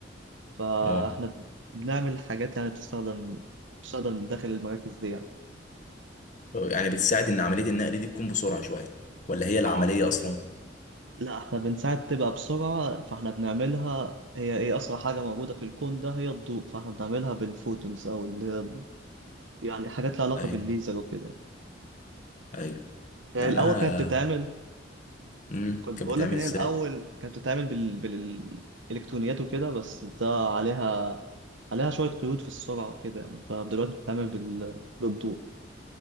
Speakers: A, on the right; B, on the left.
A: فاحنا
B: اه
A: بنعمل حاجات يعني تستخدم تستخدم داخل المراكز دي يعني
B: يعني بتساعد ان عملية النقل دي تكون بسرعة شوية ولا هي العملية
A: اه
B: اصلا
A: لا احنا بنساعد تبقى بسرعة فاحنا بنعملها هي ايه أسرع حاجة موجودة في الكون ده هي الضوء فاحنا بنعملها بالفوتونز أو اللي هي يعني حاجات لها علاقة
B: ايوه
A: بالليزر وكده
B: ايوه
A: هي
B: لا
A: الأول
B: انا
A: كانت بتتعمل
B: امم
A: كنت
B: كانت
A: بقول
B: بتعمل
A: لك إن
B: ازاي
A: هي الأول كانت بتتعمل بال... بالإلكترونيات وكده بس ده عليها عليها شوية قيود في السرعة وكده يعني فدلوقتي بتتعمل بال... بالضوء